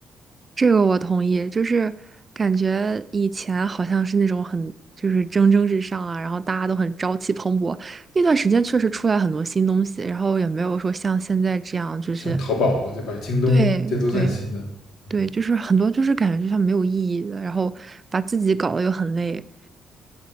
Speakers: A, on the right (about 30°); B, on the left (about 70°).
A: 这个我同意，就是感觉以前好像是那种很就是蒸蒸日上啊，然后大家都很朝气蓬勃。那段时间确实出来很多新东西，然后也没有说像现在这样，就是
B: 像淘宝，对吧？京东，
A: 对对。
B: 这都算新的。嗯
A: 对，就是很多就是感觉就像没有意义的，然后把自己搞得又很累。